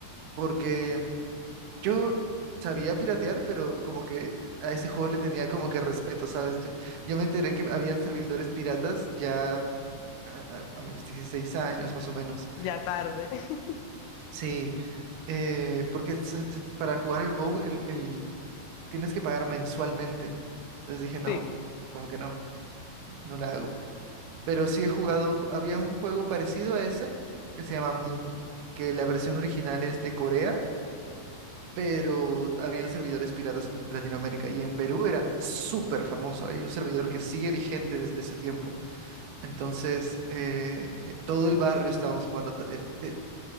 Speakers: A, on the right; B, on the left.
A: porque yo sabía piratear, pero como que a ese juego le tenía como que respeto, ¿sabes? Yo- yo me enteré que habían servidores piratas ya a, a- a mis 16 años más o menos.
B: ya tarde, <laughs>
A: Sí, eh, porque se- se- para jugar el WoW el, el- tienes que pagar mensualmente. Entonces dije, no,
B: sí,
A: como que no, no la hago. Pero sí he jugado, ju- había un juego parecido a ese que se llama Mu, que la versión original es de Corea, pero habían servidores piratas en Latinoamérica y en Perú era súper famoso. Hay un servidor que sigue vigente desde ese tiempo. Entonces, eh, todo el barrio estábamos jugando. ta- eh, eh,